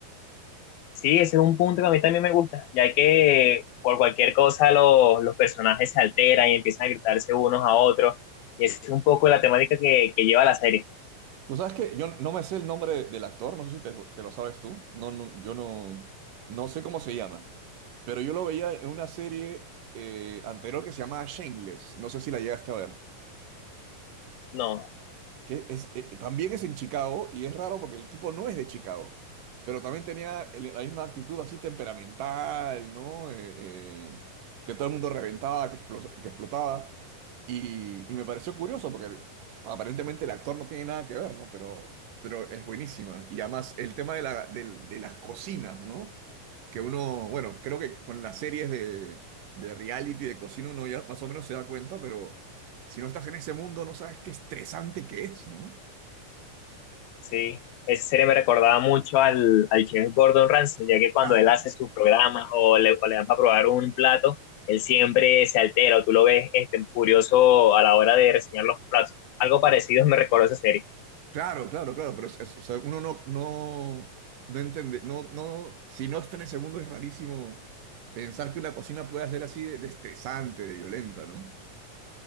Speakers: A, on the left; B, on the right.
A: Sí, ese es un punto que a mí también me gusta, ya que por cualquier cosa los, los personajes se alteran y empiezan a gritarse unos a otros, y esa es un poco la temática que, que lleva la serie.
B: Tú sabes que yo no me sé el nombre de- del actor, no sé si te, lo te lo sabes tú. No, no, yo no, no sé cómo se llama. Pero yo lo veía en una serie eh, anterior que se llamaba Shameless. No sé si la llegaste a ver
A: No,
B: que es, eh, también es en Chicago y es raro porque el tipo no es de Chicago, pero también tenía el- la misma actitud así temperamental, ¿no? Eh, eh, que todo el mundo reventaba, que, explos- que explotaba. Y, y me pareció curioso porque aparentemente el actor no tiene nada que ver, ¿no? Pero, pero es buenísima. Y además el tema de, la, del- de las cocinas, ¿no? Que uno, bueno, creo que con las series de, de reality, de cocina, uno ya más o menos se da cuenta, pero... Si no estás en ese mundo, no sabes qué estresante que es, ¿no?
A: Sí, esa serie me recordaba mucho al, al chef Gordon Ramsay, ya que cuando
B: Claro.
A: él hace sus programas o le, o le dan para probar un plato, él siempre se altera o tú lo ves este, furioso a la hora de reseñar los platos. Algo parecido me recordó esa serie.
B: Claro, claro, claro, pero es, es- o sea, uno no, no, no entiende, no, no, si no está en ese mundo es rarísimo pensar que una cocina pueda ser así de, de estresante, de violenta, ¿no?